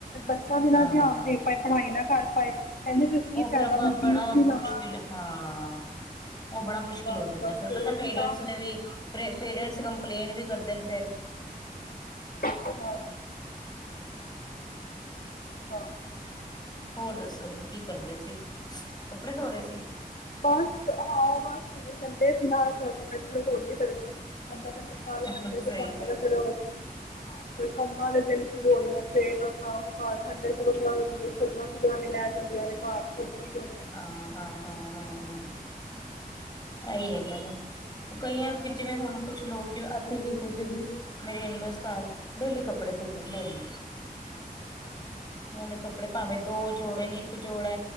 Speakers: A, on the left (about 65°); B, on the left (about 25°).
A: ਬੱਚਾ ਵੀ ਨਾ
B: ਹਾਂ
A: ਧਿਆਨ ਦੇ ਪਾਏ ਪੜ੍ਹਾਈ ਨਾ ਕਰ ਪਾਏ ਕਹਿੰਦੇ ਫਿਰ ਕੀ
B: ਉਹ ਫੇਰ
A: ਫਾਇਦਾ ਮੈਂ
B: ਬੜਾ
A: ਫੀਸ
B: ਮੁਸ਼ਕਿਲ
A: ਵੀ ਲਵਾਂ।
B: ਹਾਂ ਉਹ ਬੜਾ
A: ਹਾਂ
B: ਮੁਸ਼ਕਿਲ
A: ਬਸ-ਬਸ
B: ਹੋ ਜਾਂਦਾ ਫਿਰ ਪਤਾ
A: ਉਹਦੀ
B: ਪੇਰੈਂਟਸ
A: ਤਾਂ
B: ਨੇ ਵੀ ਪੇਰੈਂਟਸ ਕੰਪਲੇਨ ਵੀ ਕਰਦੇ ਨੇ ਫਿਰ
A: ਹਾਂ ਹਾਂ
B: ਹੋਰ ਦੱਸੋ ਜੀ ਕੀ ਕਰਦੇ ਸੀ ਕੱਪੜੇ ਧੋ ਰਹੇ ਸੀ।
A: ਬਸ ਹਾਂ ਬਸ ਸੰਡੇ ਸੀ ਨਾ ਕੱਪੜੇ ਕੁਪੜੇ ਧੋ ਲਈਏ ਫੇਰ ਤੁਹਾਨੂੰ ਪਤਾ ਫ ਕੱਲ ਮੰਡੇ
B: ਸਹੀ
A: ਤੇ ਤੁਹਾਨੂੰ
B: ਗੱਲ
A: ਪਤਾ ਫਿਰ
B: ਹੈ
A: ਹਾਂ ਫਿਰ ਕੰਮਾਂ ਵਾਲੇ ਦਿਨ ਸ਼ੁਰੂ ਹੋ ਗਿਆਂ। ਫ ਲੋਕਾਂ ਨੂੰ ਸੰਡੇ ਚੱਦਰਾਂ ਚੁਦਰਾਂ ਵੀ ਲੈ ਜਾਂਦੀਆਂ ਨੇ ਘਰ ਸਭ ਫ੍ਰੀ ਹੁੰਦੇ। ਨੇ
B: ਹਾਂ- ਹਾਂ- ਹਾਂ- ਹਾਂ-ਹਾਂ। ਇਹੀ ਹੈ ਗੱਲ ਕਈਆਂ ਵੀ ਜਿਵੇਂ ਹੁਣ ਕੁਛ ਲੋਕ ਜਿਵੇਂ ਅਸੀਂ ਵੀ ਖੁੱਦ ਵੀ ਮੇਰੇ ਏਨ ਸਾਲ ਘਰ ਡੇਲੀ ਕੱਪੜੇ ਧੋਲਦੇ ਪਏ ਨੇ।
A: ਅੱਛਾ
B: ਉਹ ਨੇ ਕੱਪੜੇ ਭਾਵੇਂ ਦੋ ਜੋੜੇ
A: ਆਹੋ
B: ਨੇ ਇੱਕ ਜੋੜਾ